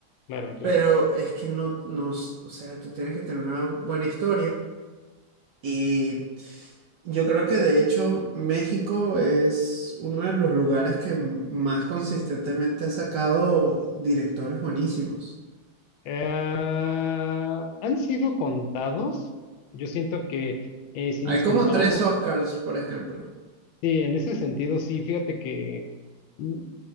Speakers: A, on the left; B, on the right.
A: claro, claro.
B: Pero es que no, no, s- o sea, tú tienes que tener una buena historia. Y yo creo que de hecho México es uno de los lugares que m- más consistentemente ha sacado directores buenísimos.
A: Eh, han sido contados. Yo siento que eh, si
B: Hay
A: nos
B: como
A: comparamos,
B: tres Oscars,
A: po-
B: por ejemplo.
A: sí, en ese sentido, sí, fíjate que mm,